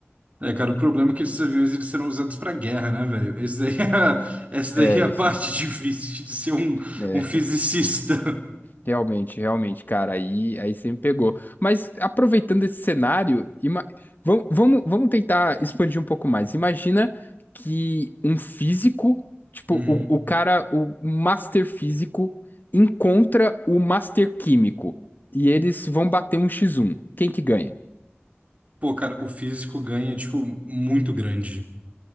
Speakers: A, on the right (about 35°); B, on the left (about 45°).
A: É, cara, o problema é que esses aviões eles serão usados pra guerra, né, velho? Esse daí é, <laughs> a- essa daí
B: É,
A: é a
B: isso,
A: parte <laughs> difícil de ser um,
B: é,
A: um fisicista.
B: Realmente, realmente, cara, aí, aí você me pegou. Mas aproveitando esse cenário, ima... vamos, vamos, vamos tentar expandir um pouco mais. Imagina que um físico, tipo,
A: Uhum.
B: o, o cara, o master físico, encontra o master químico e eles vão bater um x um Quem que ganha?
A: Pô, cara, o físico ganha, tipo, muito grande.